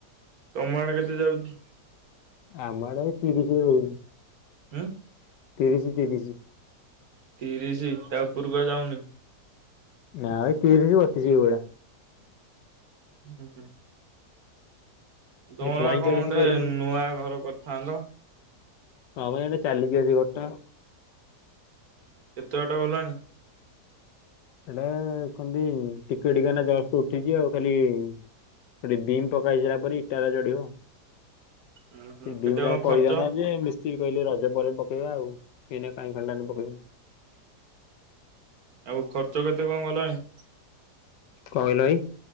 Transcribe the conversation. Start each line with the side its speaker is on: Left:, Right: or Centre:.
Right: ତମ ଆଡେ କେତେ ଯାଉଛି?
Left: ଆମ ଆଡ଼େ ତିରିଶି ରେ ରହୁଛି।
Right: ଉଁ?
Left: ତିରିଶି ତିରିଶି।
Right: ତିରିଶି ତା ଉପରକୁ ଆଉ ଯାଉନି?
Left: ନାଁ ଏଇ ତିରିଶି ବତିଶି ଏଇ ଭଳିଆ।
Right: ହୁଁ। ତମର
Left: ଭାଇ ପଇଁଚାଳିଶ
Right: ବା କଣ ଗୋଟେ
Left: କହିଲେ
Right: ନୂଆ ଘର କରିଥାନ୍ତ?
Left: ହଁ ବା ସେଇଟା ଚାଲିଛି ବା ସେ ଘର ଟା।
Right: କେତେ ବାଟ ଗଲାଣି?
Left: ସେଇଟା କହନ୍ତି ଟିକେ ଟିକେ ଏଇନା ଜଷ୍ଟ୍ ଉଠିଛି ଆଉ ଖାଲି ଗୋଟେ ବିମ୍ ପକା ହେଇସାଇଲା ପରେ ଇଟା ଟା ଅଜାଡିବ ଆଉ।
Right: ଉୁଁ ହୁଁ
Left: ସେ
Right: କେତେ
Left: ବିମ୍ ଟା
Right: କଣ
Left: ପଡିଥାନ୍ତା
Right: ଖର୍ଚ୍ଚ
Left: ଯେ ମିସ ସ୍ତ୍ରୀ କହିଲେ ରଜ ପରେ ପକେଇବା ଆଉ ଏଇନା କାହିଁ <inaudible> ପକେଇବୁ।
Right: ଆଉ ଖର୍ଚ୍ଚ କେତେ କଣ ଗଲାଣି?
Left: କଁ କହିଲ ଭାଇ?